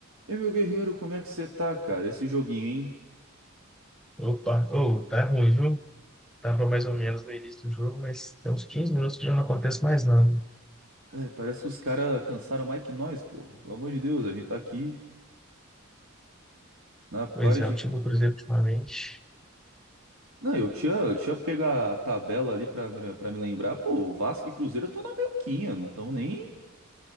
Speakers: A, on the right; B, in the centre.
A: E meu guerreiro, como é que você tá, cara? Esse joguinho, hein?
B: Opa, oh, tá ruim, viu? Tava mais ou menos no início do jogo, mas tem uns 15 minutos que já não acontece mais nada.
A: É, parece que os caras cansaram mais que nós, pô. Pelo amor de Deus, a gente tá aqui na paz
B: Pois é,
A: de.
B: o time
A: Cri-
B: do Cruzeiro ultimamente.
A: Não, eu tinha, eu tinha pego a tabela ali pra, me- pra me lembrar. Pô, Vasco e Cruzeiro estão na melquinha, não tão nem,